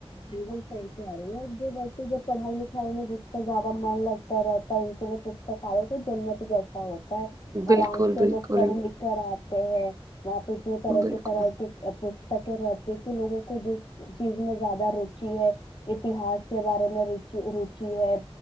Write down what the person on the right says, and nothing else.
بالکل
بالکل
بالکل